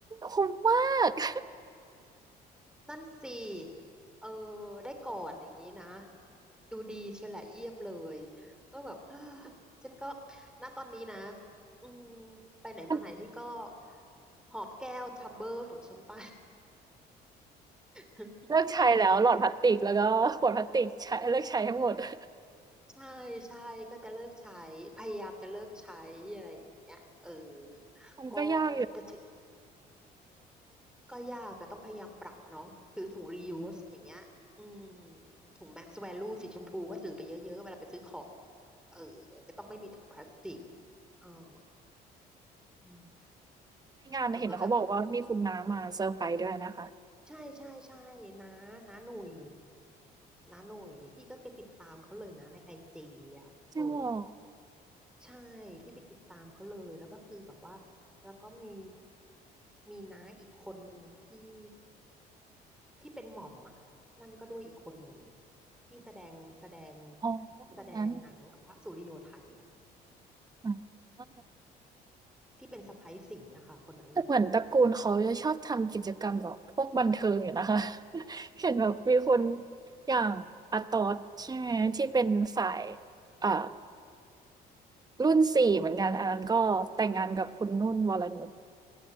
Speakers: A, on the right; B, in the centre.
A: คุ้มมาก <laughs>
B: นั่นสิเออได้กอดอย่างนี้นะดูดีเชียวแหละเยี่ยมเลยก็แบบ <sighs> ฮ่าฉันก็ณตอนนี้นะอืมไปไหนมาไหนฉันก็
A: มัน
B: หอบแก้วทัมเบอร์ของฉันไป <laughs>
A: เลิกใช้แล้วหลอดพลาสติกแล้วก็ขวดพลาสติกใช้เลิกใช้ทั้งหมด <laughs>
B: ใช่ใช่ก็จะเลิกใช้พยายามจะเลิกใช้อะไรอย่างเงี้ยเออ
A: มันก็ยากอยู่
B: ก็แต่ถึก็ยากแต่ต้องพยายามปรับเนาะถือถุง reuse อย่างเงี้ยอืมถุง max value สีชมพูก็ถือไปเยอะๆเวลาไปซื้อของเออจะต้องไม่มีถุงพลาสติกอออืม
A: ในงานเห็นเขาบอกว่ามีคุณน้ามาเซอร์ไพรส์ด้วยนะคะ
B: แล้วก็แบบใช่ใช่ใช่นะนะหนุ่ยนะหนุ่ยพี่ก็ไปติดตามเขาเลยนะในไอจีอ่ะเออ
A: จริงเหรอ
B: ใช่พี่ไปติดตามเขาเลยแล้วก็คือแบบว่าแล้วก็มีมีน้าอีกคนหนึ่งอ่ะที่ที่เป็นหม่อมอ่ะนั่นก็ด้วยอีกคนหนึ่งที่แสดงแสดง
A: อ๋อคนนั้น
B: แสดงหนังพระสุริโยไทยอ่ะ
A: อ๋อ
B: ที่เป็นสะใภ้สิงห์อะค่ะคนนั้นอ่ะ
A: แต่เหมือนตระกูลเขาจะชอบทำกิจกรรมแบบพวกบันเทิงอยู่นะคะ <laughs> เห็นแบบมีคนอย่างอาตอสใช่ไหมที่เป็นสายอ่ารุ่นสี่เหมือนกันอันนั้นก็แต่งงานกับคุณนุ่นวรนุช